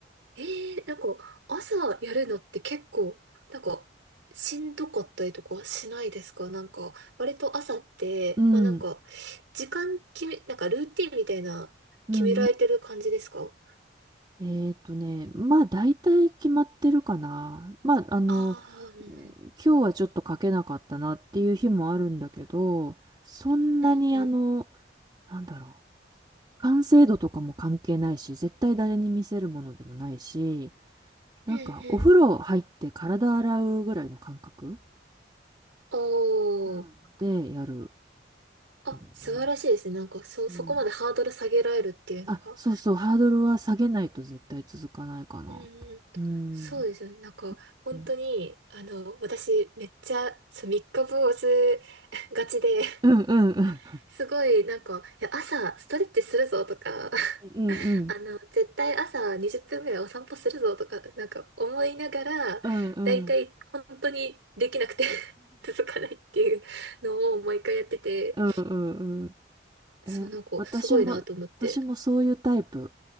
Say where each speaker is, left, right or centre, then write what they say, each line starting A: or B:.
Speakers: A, on the right; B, on the right.
A: ええ、なんか、朝やるのって結構、なんか、しんどかったりとかしないですかなんか、割と朝って、
B: うん、
A: まあなんか、時間決め、なんかルーティンみたいな、
B: うん。
A: 決められてる感じですか
B: うんえっとね、まあ大体決まってるかな。まあ、あの、
A: ああー、うんうん。
B: 今日はちょっと書けなかったなっていう日もあるんだけど、そんなにあの、
A: うんうん。
B: なんだろう、完成度とかも関係ないし、絶対誰に見せるものでもないし、なんかお風呂入って体洗うぐらいの感覚
A: うんうん。おー。
B: うんでやる
A: あ、
B: んだよね。
A: 素晴らしいですね。なんか、そ、そこまでハードル下げられるっていうのが。
B: うん。あ、そうそう、ハードルは下げないと絶対続かないかなって。
A: うん。
B: うん。
A: そうですよね。なんか、本当に、
B: うん
A: あの、私、めっちゃ、そう、三日坊主 <laughs> がちで、<laughs>
B: うんうん
A: すごい、なんか、いや、朝、ストレッチするぞとか、<laughs>
B: うんうん
A: あの、絶対朝20分ぐらいお散歩するぞとか、なんか、思いながら、
B: うんうん
A: だいたい、本当にできなくて <laughs> 続かないっていうのを毎回やってて、
B: うんうん
A: そう、
B: うん。え、
A: なんか、
B: 私も、
A: すごいなと思って。
B: 私もそういうタイプ、